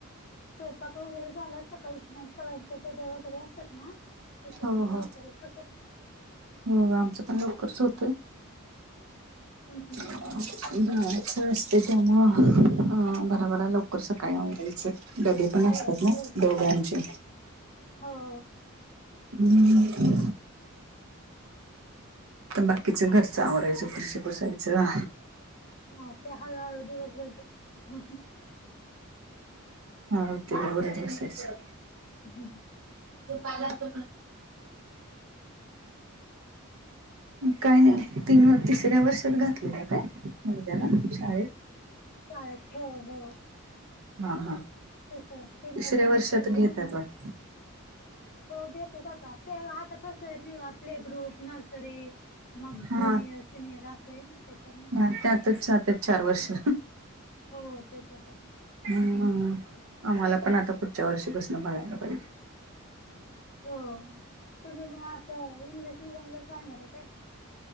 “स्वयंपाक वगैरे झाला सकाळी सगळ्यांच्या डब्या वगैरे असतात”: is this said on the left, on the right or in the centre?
Left